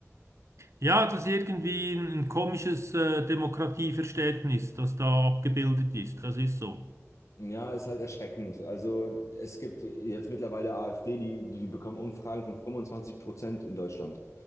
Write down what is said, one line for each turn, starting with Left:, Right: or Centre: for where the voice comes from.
Right: Ja, das ist irgendwie ein, ein komisches äh, Demokratieverständnis, das da abgebildet ist. Das ist so.
Left: Ja, ist halt erschreckend. Also es gibt jetzt mittlerweile AfD, die, die bekommen Umfragen von 25 Prozent in Deutschland.